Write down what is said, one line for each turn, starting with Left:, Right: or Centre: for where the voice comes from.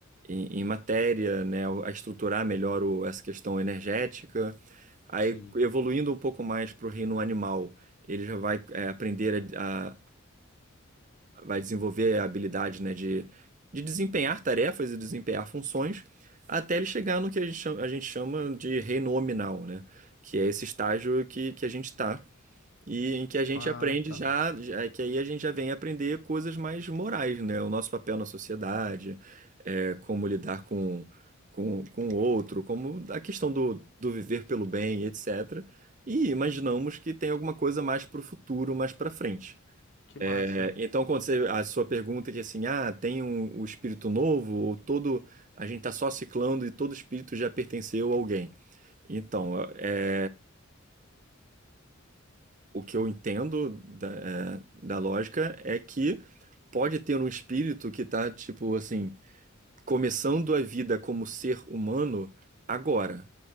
Right: em, em matéria, né, a estruturar melhor o, essa questão energética. Aí,
Left: sim.
Right: evoluindo um pouco mais para o reino animal, ele já vai é, aprender a, a- vai desenvolver a habilidade, né, de, de desempenhar tarefas e desempenhar funções, até ele chegar no que a gente chama, a gente chama de reino hominal, né, que é esse estágio que, que a gente está e em que a gente
Left: Ah,
Right: aprende
Left: tá.
Right: já, já- é que aí a gente já vem aprender coisas mais morais, né? O nosso papel na sociedade, é, como lidar com, com, com o outro, como a questão do, do viver pelo bem, etc. E imaginamos que tem alguma coisa mais para o futuro, mais para frente.
Left: Que massa.
Right: É, então, quando você, a sua pergunta é que assim, ah, tem um, o espírito novo, ou todo, a gente está só ciclando e todo espírito já pertenceu a alguém. Então, é, o que eu entendo da, é, da lógica é que pode ter um espírito que tá, tipo assim, começando a vida como ser humano agora